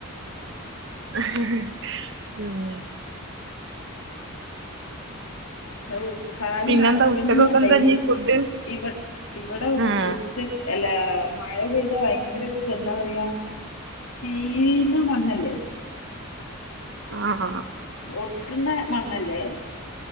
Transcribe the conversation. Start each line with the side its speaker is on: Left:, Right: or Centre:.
Right: <unintelligible>
Left: ഓ കാല്
Right: പിന്നെന്താ
Left: നനക്കണേന്നല്ല
Right: ഉച്ചക്കൊക്കെ എന്താ
Left: ഈ
Right: ഇനി ഫുഡ്
Left: ഇവ ഇവിടെ
Right: ആഹ്
Left: ഉ ച്ചക്ക് അല്ല മഴ പെയ്താ ഭയങ്കര ഒരു എന്താ പറയാ ചീന മണ്ണല്ലെ
Right: ആഹ
Left: ഒട്ട്ണെ മണ്ണല്ലേ